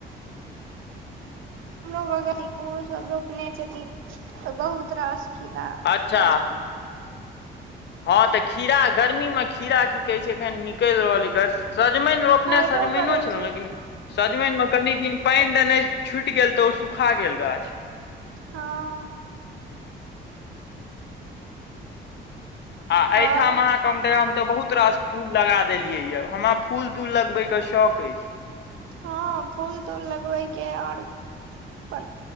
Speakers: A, on the right; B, on the left.
A: हमरो बथि ओ सब रोपने छथिन तऽ बहुत रास खीरा
B: अच्छा
A: होइ छैन
B: हँ तऽ खीरा गर्मी मे खीरा की कहै छै एखन निकेल रहल गस सजमइन रोपने
A: फायदो
B: सजमइनो
A: करै
B: छल
A: छै
B: लेकिन सजमइन मे कनि दिन पानि देनाइ छुटि गेल तऽ ओ सुखा गेल गाछ
A: हँ
B: आ एहिठाम
A: आओर
B: अहाँक कम त हम तऽ बहुत रास फूल लगा देलियै या हमरा फूल तूल लगबे के शौक ऐछ
A: हँ फूल तूल लगबेके ओर अपन